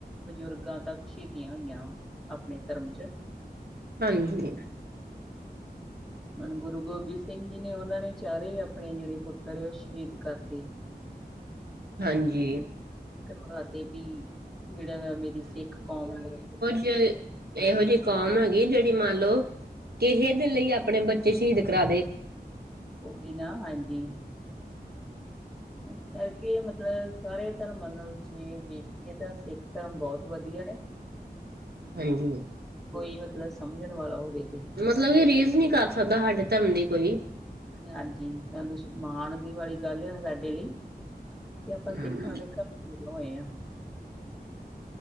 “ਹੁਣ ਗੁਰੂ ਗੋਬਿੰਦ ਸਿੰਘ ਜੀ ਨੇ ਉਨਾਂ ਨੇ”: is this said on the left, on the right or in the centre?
Centre